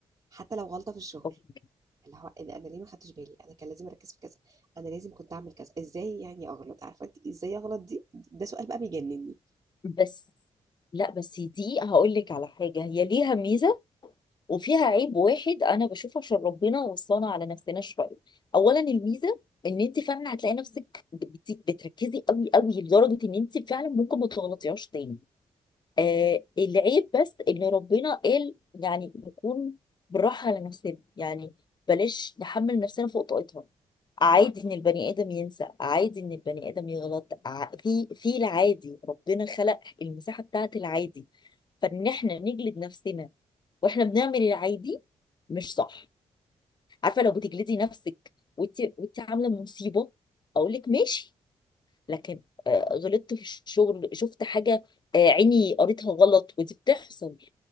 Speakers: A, on the right; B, on the left.
A: حتى لو غلطة في الشغل
B: أوكي.
A: اللي هو إن أنا ليه ما خدتش بالي أنا كان لازم أركز في كذا أنا لازم كنت أعمل كذا إزاي يعني أغلط عارفة أنت إزاي أغلط دي ده سؤال بقى بيجنني
B: بس لا بس دي هقول لك على حاجة هي ليها ميزة وفيها عيب واحد أنا بشوفه عشان ربنا وصانا على نفسنا شوية أولا الميزة إن أنت فعلا هتلاقي نفسك بت- بتركزي قوي قوي لدرجة إن أنت فعلا ممكن ما تغلطيهاش تاني آه العيب بس إن ربنا قال يعني نكون بالراحة على نفسنا يعني بلاش نحمل نفسنا فوق طاقتها عادي ان البني ادم ينسى عادي ان البني ادم يغلط ع- في في العادي ربنا خلق المساحه بتاعت العادي فان احنا نجلد نفسنا واحنا بنعمل العادي مش صح عارفه لو بتجلدي نفسك وانت وانت عامله مصيبه اقول لك ماشي لكن آه، غلطت في الشغل شفت حاجه آه، عيني قريتها غلط ودي بتحصل